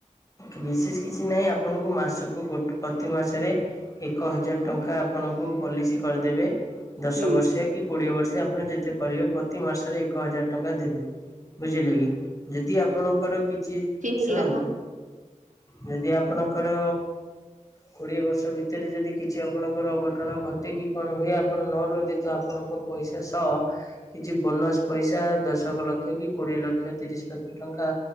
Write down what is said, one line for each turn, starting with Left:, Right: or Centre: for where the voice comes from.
Left: ବିଶେଷ କିଛି ନାହିଁ ଆପଣଙ୍କୁ ମାସକୁ ଗୋଟ ପ୍ରତି ମାସରେ ଏକ ହଜାର ଟଙ୍କା ଆପଣଙ୍କୁ ପଲିସି କରିଦେବେ। ଦଶ
Right: ହୁଁ
Left: ବର୍ଷିଆ କି କୋଡ଼ିଏ ବର୍ଷେ ଆପଣ ଯେତେ କରିବେ ପ୍ରତି ମାସରେ ଏକ ହଜାର ଟଙ୍କା ଦେବେ। ବୁଝିଲେ କି? ଯଦି ଆପଣଙ୍କର କିଛି,
Right: ହେଲା
Left: ଶୁଣନ୍ତୁ
Right: ହଁ
Left: ଯଦି ଆପଣଙ୍କର କୋଡ଼ିଏ ବର୍ଷ ଭିତରେ ଯଦି କିଛି ଆପଣଙ୍କର ଅଘଟଣ ଘଟ ଟେକି କଣ ହୁଏ ଆପଣ ନ ରୁହନ୍ତି ତ ଆପଣଙ୍କ ପଇସା ସଅ କିଛି ବୋନସ୍ ପଇସା ଦଶକ ଲକ୍ଷ କି କୋଡିଏ ଲକ୍ଷ ତିରିଶ ଲକ୍ଷ ଟଙ୍କା